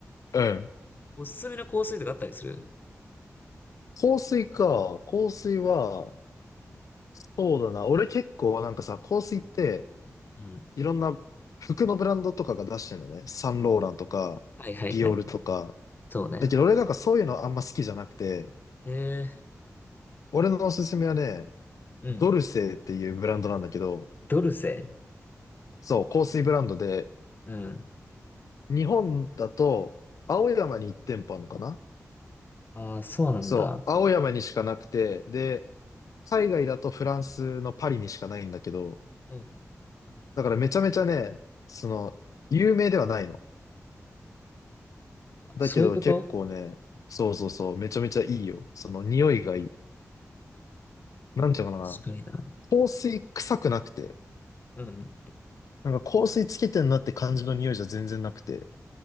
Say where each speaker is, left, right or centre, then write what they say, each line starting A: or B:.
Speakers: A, on the left; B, on the left.
A: うん。
B: おすすめの香水とかあったりする
A: 香水か。香水は、そうだな。俺結構なんかさ、香水って、
B: うん。
A: いろんな服のブランドとかが出してるのね。サンローランとか、
B: はいはいはい。
A: ディオールとか。
B: そうね。
A: だけど俺なんかそういうのあんま好きじゃなくて、
B: えー、
A: 俺のおすすめはね、
B: うん。
A: ドルセーっていうブランドなんだけど、
B: ドルセ。
A: そう、香水ブランドで、
B: うん。
A: 日本だと、青山に1店舗あるのかな
B: ああ、そうなんだ。
A: そう、青山にしかなくて、で、海外だとフランスのパリにしかないんだけど、
B: うん。
A: だからめちゃめちゃね、その、有名ではないの。
B: あそういうこと
A: だけど結構ね、そうそうそう、めちゃめちゃいいよ。その匂いがいい。なんていうのか
B: 確かにな。
A: な。香水臭くなくて、
B: うん。
A: なんか香水つけてんなって感じの匂いじゃ全然なくて、